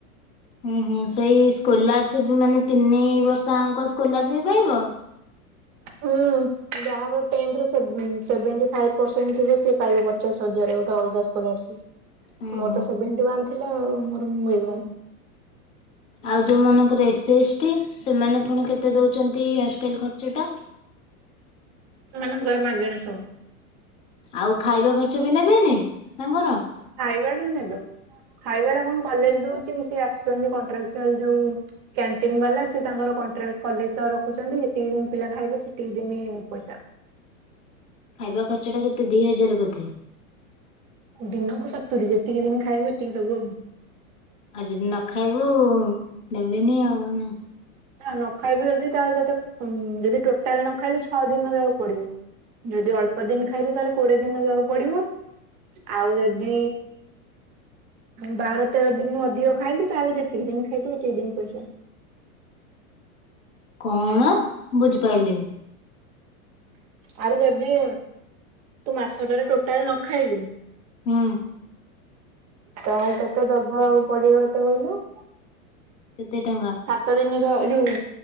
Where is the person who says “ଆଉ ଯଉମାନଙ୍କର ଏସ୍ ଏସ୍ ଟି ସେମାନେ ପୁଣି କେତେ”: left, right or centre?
Left